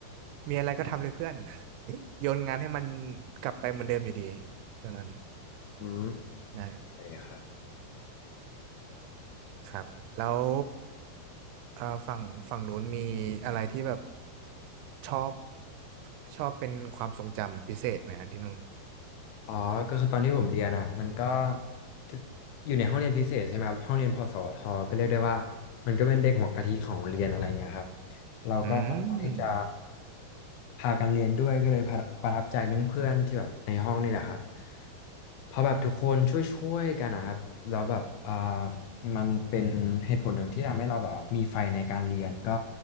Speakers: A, on the right (about 85°); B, on the left (about 80°).
A: มีอะไรก็ทำเลยเพื่อน <laughs> โยนงานให้มันกลับไปเหมือนเดิมอยู่ดีตอนนั้น
B: อืม
A: ใช่
B: โอเคครับ
A: ครับแล้ว อ่าฝั่งฝั่งนู้นมีอะไรที่แบบชอบชอบเป็นความทรงจำพิเศษไหมฮะที่นู่น
B: อ๋อก็คือตอนที่ผมเรียนอ่ะมันก็ทุกอยู่ในห้องเรียนพิเศษใช่ไหมครับห้องเรียนพสวทก็เรียกได้ว่ามันก็เป็นเด็กหัวกะทิของโรงเรียนอะไรเงี้ยครับเราก็ค่อนข้างที่จะ
A: อืม
B: พากันเรียนด้วยก็เลยประประทับใจเรื่องเพื่อนที่แบบในห้องนี่แหละครับเพราะแบบทุกคนช่วยๆกันนะครับแล้วแบบอ่ามันเป็นเหตุผลหนึ่งที่ทำให้เราแบบมีไฟในการเรียนก็